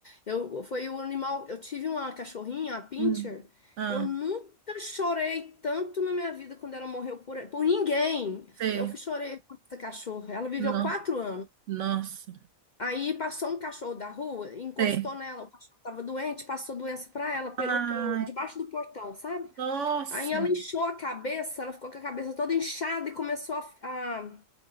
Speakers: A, on the left; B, on the right.
A: eu foi o animal. Eu tive uma cachorrinha, a pincher.
B: Hum. Ah.
A: Eu nunca chorei tanto na minha vida quando ela morreu por, por ninguém.
B: Sei.
A: Eu fui chorei por essa cachorra. Ela viveu
B: No,
A: quatro anos.
B: nossa.
A: Aí passou um cachorro da rua, encostou
B: Sei.
A: nela. O cachorro estava doente, passou doença para ela pelo,
B: Ai,
A: pelo debaixo do portão, sabe?
B: nossa.
A: Aí ela inchou a cabeça, ela ficou com a cabeça toda inchada e começou a, a